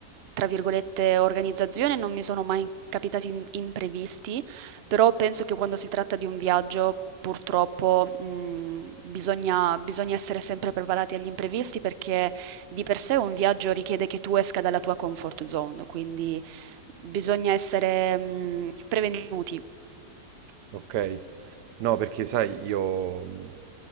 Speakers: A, on the right; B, on the right.
A: tra virgolette, organizzazione, non mi sono mai capitati in- imprevisti. Però penso che quando si tratta di un viaggio, purtroppo, mh, bisogna, bisogna essere sempre preparati agli imprevisti perché di per sé un viaggio richiede che tu esca dalla tua comfort zone, quindi bisogna essere, mh, prevenuti.
B: Ok, No, perché sai, io mh,